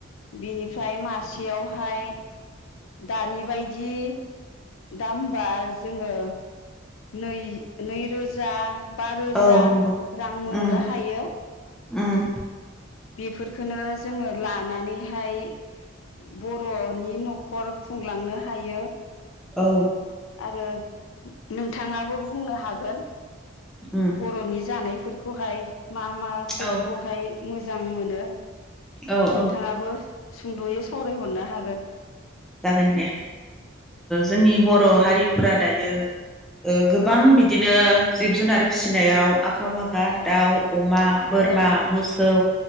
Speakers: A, on the left; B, in the centre.
A: बिनिफ्राय मासेयावहाय दानि बायदि दामबा जोङो नै नैरोजा बा रोजा
B: औ नंगौ
A: रां मोननो
B: उम
A: हायो।
B: उम
A: बेफोरखोनो जोङो लानानैहाय बर'नि न'खर खुंलांनो हायो
B: औ
A: आरो नोंथाङाबो बुंनो हागोन
B: उम
A: बर'नि जानाय फोरखौहाय मा मा फोरखौहाय
B: औ
A: मोजां मोजां मोनो
B: औ
A: नोंथाङाबो
B: औ
A: सुंद'यै सावरायहरनो हागोन।
B: जागोन दे जोंनि बर'
A: ओं
B: हारिफ्रा दायो ओ गोबां
A: औ
B: बिदिनो जिब जुनार फिसिनायाव आखा फाखा दाउ अमा बोरमा
A: औ
B: मोसौ